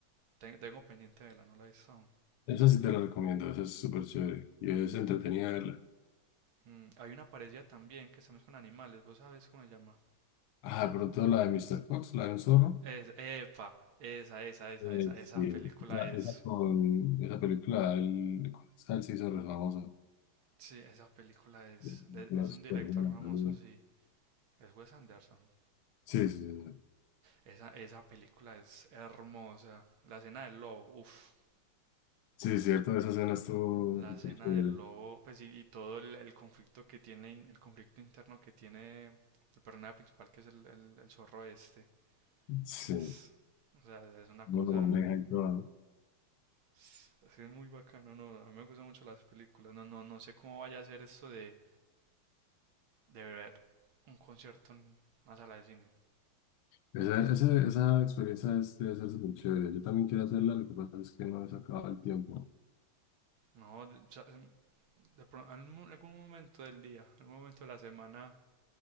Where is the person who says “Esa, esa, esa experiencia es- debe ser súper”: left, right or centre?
Left